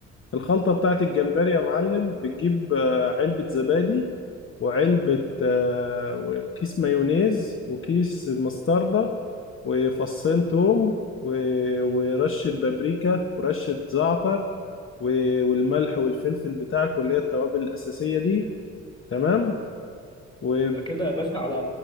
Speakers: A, on the left; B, on the left.
A: الخلطة بتاعت الجمبري يا معلم بتجيب آه، علبة زبادي وعلبة آه، وكيس مايونيز وكيس مستردة وفصين توم و- ورشة بابريكا ورشة زعتر و- والملح والفلفل بتاعك واللي هي التوابل الأساسية دي تمام و...
B: ده كده يا باشا على